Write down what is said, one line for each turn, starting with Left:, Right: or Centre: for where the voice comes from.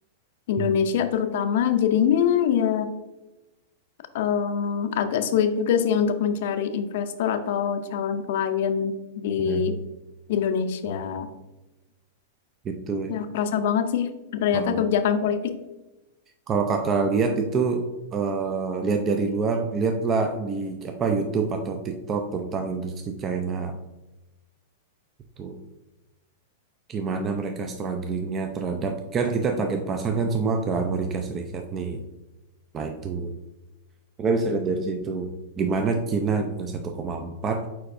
Left: Indonesia
Right: hmm.
Left: terutama jadinya ya em, agak sulit juga sih untuk mencari investor atau calon klien di
Right: Nah,
Left: Indonesia.
Right: itu
Left: Ya, kerasa banget sih ternyata
Right: kalau
Left: kebijakan politik.
Right: Kalau kakak lihat itu eh, lihat dari luar, lihatlah di apa YouTube atau TikTok tentang industri China itu gimana mereka strugglingnya terhadap kan kita target pasar kan semua ke Amerika Serikat nih. Nah itu mereka bisa lihat dari situ gimana Cina dengan 1,4